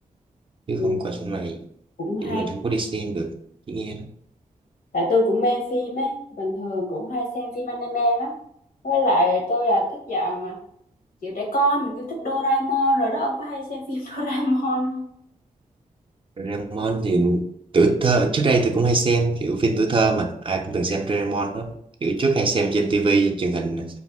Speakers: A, on the right (about 35°); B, on the left (about 80°).
A: chứ
B: ừ,
A: không qua trong này
B: cũng
A: thì
B: hay
A: mình không có đi xem được chỉ nghe
B: tại tôi cũng mê phim ấy bình thường cũng hay xem phim anime lắm với lại tôi là thích dạng kiểu trẻ con kiểu thích Doraemon rồi đó ông có hay xem phim <laughs> Doraemon không
A: Doraemon thì tuổi thơ trước đây tôi cũng hay xem kiểu phim tuổi thơ mà ai cũng từng xem Doraemon đó kiểu trước hay xem trên tivi truyền hình nè.